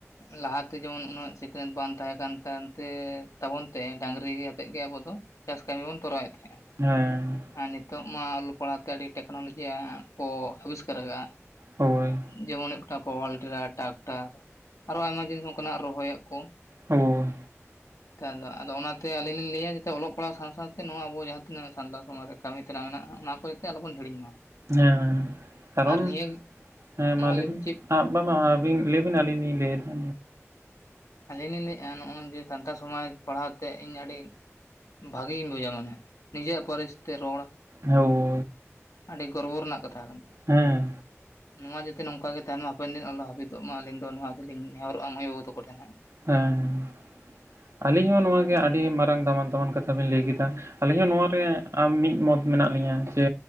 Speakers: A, on the left; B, on the right.
A: ᱞᱟᱦᱟᱛᱮ ᱡᱮᱢᱚᱱ ᱩᱱᱟᱹᱜ ᱥᱤᱠᱷᱱᱟᱹᱛ ᱵᱟᱝ ᱛᱟᱦᱮᱸ ᱠᱟᱱᱛᱮ ᱛᱟᱵᱚᱱ ᱛᱮ ᱰᱟᱝᱨᱤ ᱛᱮᱫ ᱜᱮ ᱟᱵᱚ ᱫᱚ ᱪᱟᱥ ᱠᱟᱹᱢᱤ ᱵᱚᱱ ᱛᱚᱨᱟᱣ ᱮᱫ ᱛᱟᱦᱮᱸᱜᱼᱟ
B: ᱦᱮᱸ
A: ᱟᱨ ᱱᱤᱛᱚᱜ ᱢᱟ ᱚᱞᱚᱜ ᱯᱟᱲᱦᱟᱜ ᱛᱮ ᱟᱹᱰᱤ ᱴᱮᱠᱱᱳᱞᱚᱡᱤ ᱠᱚ ᱟᱵᱤᱥᱠᱟᱨ ᱟᱠᱟᱫᱟ
B: ᱦᱳᱭ
A: ᱡᱮᱢᱚᱱ ᱦᱩᱭᱩᱜ ᱠᱟᱱᱟ ᱯᱚᱣᱟᱞ ᱴᱮᱞᱟᱨ ᱴᱨᱟᱠᱴᱟᱨ ᱟᱨᱚ ᱟᱭᱢᱟ ᱡᱤᱱᱤᱥ ᱚᱱᱠᱟᱱᱟᱜ ᱨᱚᱦᱚᱭᱟᱜ ᱠᱚ
B: ᱚ
A: ᱱᱮᱛᱟᱨ ᱫᱚ ᱟᱫᱚ ᱚᱱᱟ ᱛᱮ ᱟᱹᱞᱤᱧ ᱞᱤᱧ ᱞᱟᱹᱭᱟ ᱡᱟᱛᱮ ᱚᱞᱚᱜ ᱯᱟᱲᱦᱟᱣ ᱥᱟᱶ ᱥᱟᱶ ᱛᱮ ᱱᱚᱣᱟ ᱟᱵᱚ ᱡᱟᱦᱟᱸ ᱛᱤᱱᱟᱹᱜ ᱥᱟᱱᱛᱟᱲ ᱥᱚᱢᱟᱡᱽ ᱨᱮ ᱠᱟᱢᱤ ᱛᱮᱱᱟᱜ ᱢᱮᱱᱟᱜᱼᱟ ᱚᱱᱟ ᱠᱚ ᱡᱟᱛᱮ ᱟᱞᱚ ᱵᱚᱱ ᱦᱤᱲᱤᱧ ᱢᱟ
B: ᱦᱮᱸ ᱠᱟᱨᱚᱱ
A: ᱟᱨ ᱱᱤᱭᱟᱹ
B: ᱦᱮᱸ ᱢᱟ ᱞᱟᱹᱭ
A: ᱞᱟᱹᱭᱵᱤᱱ
B: ᱵᱤᱱ
A: ᱪᱮᱫ
B: <unintelligible> ᱵᱤᱱᱟ. ᱞᱤᱞ ᱞᱤᱧ ᱞᱟᱹᱭ ᱫᱟ
A: ᱟᱹᱞᱤᱧ ᱞᱤᱧ ᱞᱟᱹᱭᱮᱫᱼᱟ ᱱᱚᱜᱼᱚᱭ ᱡᱮ ᱥᱟᱱᱛᱟᱲ ᱥᱚᱢᱟᱡᱽ ᱯᱟᱲᱦᱟᱣ ᱛᱮ ᱤᱧ ᱟᱹᱰᱤ ᱵᱷᱟᱜᱮᱧ ᱵᱩᱡᱟ ᱢᱟᱱᱮ ᱱᱤᱡᱮᱨᱟᱜ ᱯᱟᱹᱨᱤᱥ ᱛᱮ ᱨᱚᱲ
B: ᱦᱳᱭ
A: ᱟᱹᱰᱤ ᱜᱚᱨᱵᱚ ᱨᱮᱱᱟᱜ ᱠᱟᱛᱷᱟ ᱠᱟᱱᱟ᱾
B: ᱦᱮᱸ
A: ᱱᱚᱣᱟ ᱡᱟᱛᱮ ᱱᱚᱝᱠᱟ ᱜᱮ ᱛᱟᱦᱮᱱ ᱢᱟ ᱦᱟᱯᱮᱱ ᱫᱤᱱ ᱟᱞᱚ ᱦᱟᱹᱯᱤᱛᱚᱜ ᱢᱟ ᱟᱞᱤᱧ ᱫᱚ ᱱᱚᱣᱟ ᱜᱮᱞᱤᱧ ᱱᱮᱦᱚᱨᱚᱜᱼᱟ ᱢᱟᱹᱭ ᱵᱟᱹᱵᱩ ᱛᱮᱠᱚ ᱴᱷᱮᱱ ᱦᱟᱜ
B: ᱦᱮᱸ ᱟᱹᱞᱤᱧ ᱦᱚᱸ ᱱᱚᱣᱟ ᱜᱮ ᱟᱹᱰᱤ ᱢᱟᱨᱟᱝ ᱫᱟᱢᱟᱱ ᱫᱟᱢᱟᱱ ᱠᱟᱛᱷᱟ ᱵᱤᱱ ᱞᱟᱹᱭ ᱠᱮᱫᱟ ᱟᱹᱞᱤᱧ ᱦᱚᱸ ᱱᱚᱟᱨᱮ ᱟᱢ ᱢᱤᱫ ᱢᱚᱛ ᱢᱮᱱᱟᱜ ᱞᱤᱧᱟ ᱥᱮ